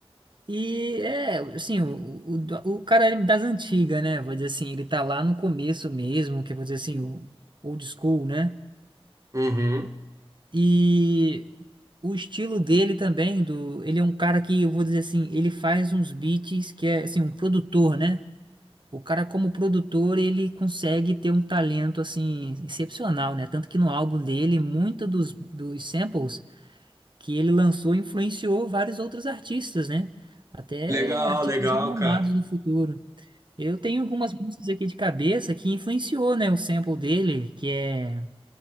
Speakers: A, on the right (about 50°); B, on the right (about 30°).
A: E é, assim, o, o, o cara é das antigas, né? Vou dizer assim, ele tá lá no começo mesmo, que é, vou dizer assim, o old school, né?
B: Uhum.
A: E o estilo dele também, do, ele é um cara que, eu vou dizer assim, ele faz uns beats que é, assim, um produtor, né? O cara, como produtor, ele consegue ter um talento, assim, excepcional, né? Tanto que no álbum dele, muito dos, dos samples que ele lançou influenciou vários outros artistas, né? Até
B: Legal,
A: artistas
B: legal,
A: renomados
B: cara.
A: do futuro. Eu tenho algumas músicas aqui de cabeça que influenciou, né, o sample dele, que é